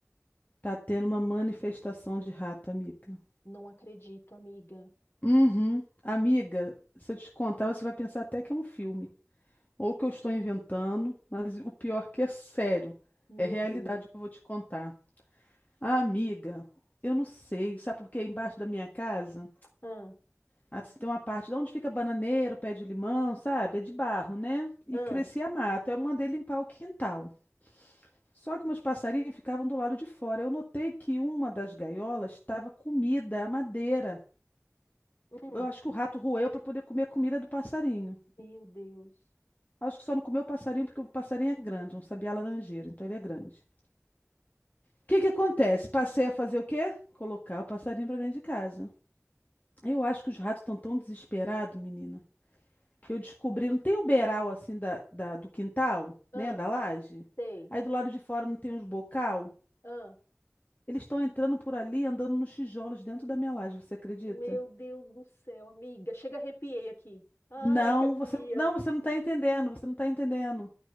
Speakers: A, on the left (about 35°); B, on the left (about 55°).
A: Tá tendo uma manifestação de rato, amiga.
B: Não acredito, amiga.
A: Uhum. Amiga, se eu te contar, você vai pensar até que é um filme. Ou que eu estou inventando, mas o pior que é sério.
B: Meu
A: É realidade
B: Deus.
A: que eu vou te contar. Ah, amiga, eu não sei. Sabe por quê? Embaixo da minha casa.
B: Ah,
A: Assim, tem uma parte de onde fica bananeiro, pé de limão, sabe? É de barro, né? E
B: ah,
A: crescia mato. Eu mandei limpar o quintal. Só que meus passarinhos ficavam do lado de fora. Eu notei que uma das gaiolas estava comida, a madeira.
B: hum,
A: Eu acho que o rato roeu para poder comer a comida do passarinho.
B: meu Deus.
A: Acho que só não comeu o passarinho porque o passarinho é grande, é um sabiá laranjeira, então ele é grande. O que que acontece? Passei a fazer o quê? Colocar o passarinho para dentro de casa. Eu acho que os ratos estão tão desesperados, menina. que eu descobri, não tem um beiral assim da, da- do quintal,
B: Ah,
A: né, da laje?
B: sei.
A: Aí do lado de fora não tem uns bocal?
B: Ah,
A: Eles estão entrando por ali, andando nos tijolos dentro da minha laje, você acredita?
B: meu Deus do céu, amiga. Chega, arrepiei aqui. Ai,
A: Não,
B: que agonia.
A: você não, você não está entendendo, você não está entendendo.